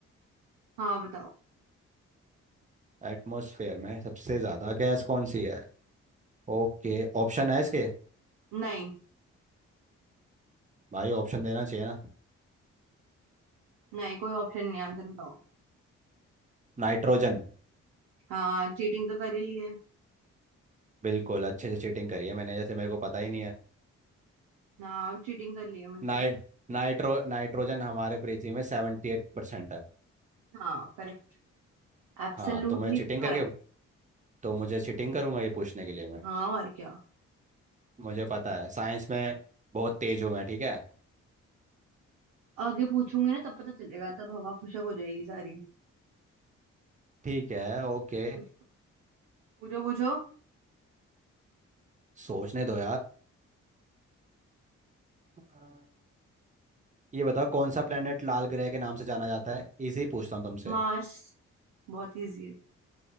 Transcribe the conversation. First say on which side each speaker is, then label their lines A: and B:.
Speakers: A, on the right; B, on the right.
A: हाँ बताओ
B: एटमॉस्फेयर में सबसे ज्यादा गैस कौन सी है ओके ऑप्शन है इसके
A: नहीं
B: भाई ऑप्शन देना चाहिए ना
A: नहीं कोई ऑप्शन नहीं आंसर बताओ
B: नाइट्रोजन
A: हाँ चीटिंग तो कर ही ली है
B: बिल्कुल अच्छे से चीटिंग करी है मैंने जैसे मेरे को पता ही नहीं है
A: हाँ चीटिंग कर ली है मुझे
B: नाइ
A: सब
B: नाइट्रो नाइट्रोजन हमारे पृथ्वी में सेवेंटी एट परसेंट है
A: पता। हाँ करेक्ट Absolutely
B: हाँ तो मैं चीटिंग
A: correct
B: करके तो मुझे चीटिंग करूंगा ये पूछने के लिए मैं
A: हाँ और क्या
B: मुझे पता है साइंस में बहुत तेज हूँ मैं ठीक है
A: आगे पूछूंगी ना तब पता चलेगा तब हवा खुशक हो जाएगी सारी
B: ठीक है ओके
A: पूछो पूछो पूछो
B: सोचने दो यार ये बताओ कौन सा प्लेनेट लाल ग्रह के नाम से जाना जाता है इजी पूछता हूँ तुमसे
A: मार्स बहुत इजी है